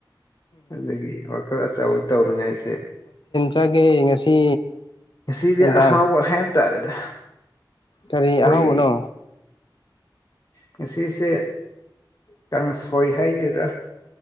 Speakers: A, on the left; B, on the left.
A: ꯑꯗꯨꯒꯤ ꯋꯥꯈꯜ ꯑꯆꯧꯕ ꯇꯧꯅꯤꯉꯥꯏꯁꯦ
B: ꯒ ꯉꯁꯤ
A: ꯉꯁꯤꯗꯤ
B: ꯅꯨꯡꯗꯥꯡ
A: ꯑꯍꯥꯎꯕ ꯍꯥꯏꯕ ꯇꯥꯔꯦꯗ
B: ꯀꯔꯤ
A: ꯑꯩꯈꯣꯏ
B: ꯑꯍꯥꯎꯕꯅꯣ
A: ꯉꯁꯤꯁꯦ ꯀꯥꯡ ꯁꯣꯏ ꯍꯥꯏꯗꯣꯏꯔ